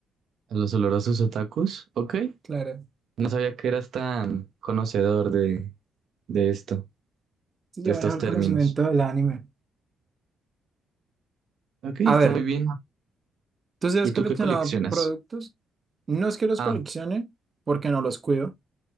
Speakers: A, on the right; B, on the right.
A: A los olorosos otakus. Ok.
B: Claro.
A: No sabía que eras tan conocedor de, de esto,
B: Sí,
A: de
B: yo
A: estos
B: manejo el
A: términos.
B: conocimiento del anime.
A: Ok, está
B: A ver.
A: muy bien.
B: ¿Tú sí has
A: ¿Y tú
B: coleccionado
A: qué coleccionas?
B: productos? No es que los
A: Ah,
B: coleccione porque no los cuido.